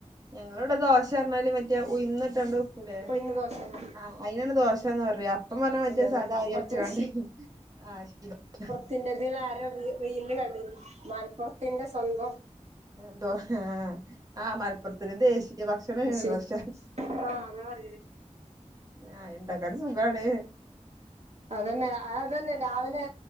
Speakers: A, on the right (about 30°); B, on the right (about 60°).
A: ഞങ്ങളെ ഇവടെ ദോശ പർഞ്ഞാല് മറ്റെ ഉയ്ന്ന്ട്ടാണ്ട് വെക്കൂലേ
B: ഉഴുന്ന് ദോശല്ലേ
A: ആഹ് അയിനാണ് ദോശാന്ന് പറയാ അപ്പം പർഞ്ഞാ മറ്റേ
B: അതെ അതെ
A: സാദാ ആരി
B: മറ്റേത്
A: അരച്ച്കാണ്ട് ആഹ് <unintelligible>
B: ത്തിന്റെതില് ആരോ വി റീല് കണ്ട്ണ് മലപ്പുറത്തിന്റെ സ്വന്തം
A: ന്തോ ആഹ് ആഹ് മലപ്പുറത്തിന്റെ ദേശീയ ഭക്ഷണാണ്
B: ശി
A: ദോശ
B: ആഹ് അതാ പറയണേ
A: ഞാ ഇണ്ടാക്കാനും സുഖാണ്
B: അതന്നെ അതന്നെ രാവിലെ